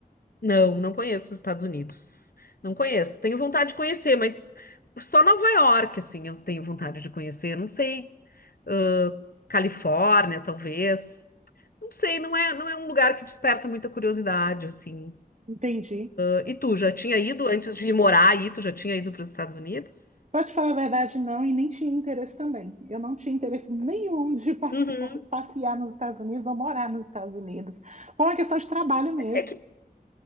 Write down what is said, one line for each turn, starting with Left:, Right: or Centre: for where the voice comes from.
Left: Não, não conheço os Estados Unidos. Não conheço. Tenho vontade de conhecer, mas só Nova York, assim, eu tenho vontade de conhecer. Não sei, ãh, Califórnia, talvez. Não sei, não é, não é um lugar que desperta muita curiosidade, assim.
Right: entendi.
Left: Ãh, e tu, já tinha ido antes de morar aí? Tu já tinha ido para os Estados Unidos?
Right: Pra te falar a verdade, não, e nem tinha interesse também. Eu não tinha interesse nenhum de participar-
Left: Uhum.
Right: passear nos Estados Unidos ou morar nos Estados Unidos. Foi uma questão de trabalho mesmo.
Left: É que,